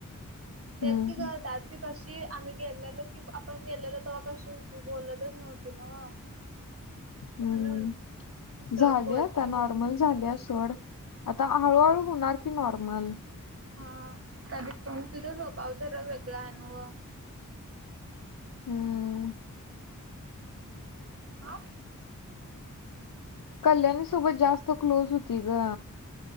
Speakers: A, on the right (about 45°); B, on the left (about 75°).
A: तेच
B: हम्म
A: कि ग त्याच ती कशी आम्ही गेलेलो कि, आपण गेलेलो तेव्हा कशी होती, बोलतच नव्हती नवं.
B: हम्म
A: म्हणून, आसं
B: झाली
A: बोलत्यात.
B: आता नॉर्मल झाल्या सोड, आता हळूहळू होणार की नॉर्मल.
A: हा, त्या तिचा स्वभाव जरा वेगळा आहे न व.
B: हम्म,
A: हा
B: कल्याणी सोबत जास्त क्लोज होती ग,